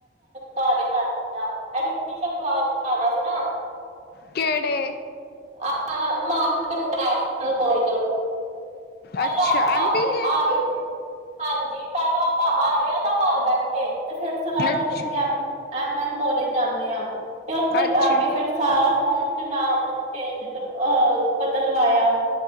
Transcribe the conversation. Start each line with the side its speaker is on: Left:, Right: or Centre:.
Right: ਕਾਲ ਛਢਤਾ ਟੀਉਸ਼ਨ ਤੋ ਆਣਾ ਸੀ ਨਾ।
Left: ਕਿਹੜੇ?
Right: ਆਪਾ ਮਹਾ ਇੰਟਰਨੈਸ਼ਨਲ ਕਾਲੇਜ। ਚਲੋ
Left: ਅੱਛਾ
Right: ਆਪਾ
Left: ਐਮ ਬੀ ਏ
Right: ਆ ਗਏ। ਹਾਂਜੀ, ਪਹਿਲੇ ਆਪਾਂ ਆ ਰਹੇ ਤਾਂ ਘਰ ਬੈਠੇ ਤੇ ਫਿਰ ਸਲਾਹ
Left: ਅੱਛਾ
Right: ਬਣੀ ਕਿ ਬਿ ਐਮ ਐਨ ਕਾਲਜ ਜਾਂਦੇ ਆਂ ਤੇ ਉੱਥੇ
Left: ਅੱਛਾ,
Right: ਜਾ ਕੇ ਫਿਰ ਸਾਰਾ ਫਾਰਮ ਚੱ ਨਾਂਮ-ਨੂੰਮ ਚੇਂਜ ਕਰ ਅ ਬਦਲਵਾਇਆ।